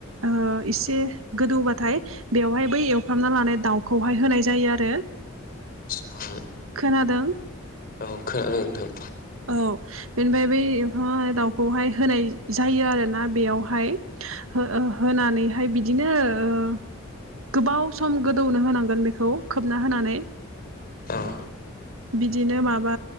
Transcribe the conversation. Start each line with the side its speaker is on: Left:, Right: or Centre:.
Right: ओ एसे गोदौबाथाय बेवहाय बै एवफ्रामना लानाय दाउखौहाय होनाय जायो आरो
Left: सा
Right: खोनादों
Left: औ खोनादों नोंथां
Right: औ बेनिफ्राय बै ओहो हाय दाउखौहाय होनाय जायो आरोना बेयावहाय हो ओ होनानैहाय बिदिनो ओ गोबाव सम गोदौनो होनांगोन बेखौ खोबना होनानै
Left: औं
Right: बिदिनो माबा